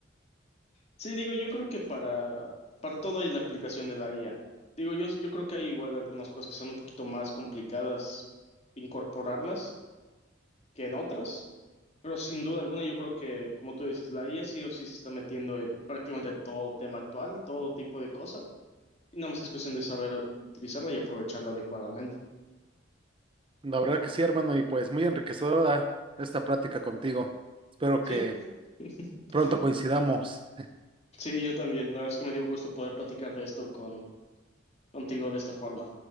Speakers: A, on the left (about 35°); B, on the right (about 25°).
A: Sí, digo, yo creo que para, para todo hay la aplicación de la IA. Digo, yo, yo creo que hay igual algunas cosas que son un poquito más complicadas incorporarlas que en otras, pero sin duda alguna yo creo que, como tú dices, la IA sí o sí se está metiendo en prácticamente todo tema actual, todo tipo de cosas. Y Nada más es cuestión de saber utilizarla y aprovecharla adecuadamente.
B: La verdad que sí, hermano, y pues muy enriquecedora esta plática contigo. Espero
A: Sí,
B: que
A: <laughs>
B: pronto coincidamos.
A: sí, yo también. La verdad es que me dio gusto poder platicar de esto con, contigo de esta forma.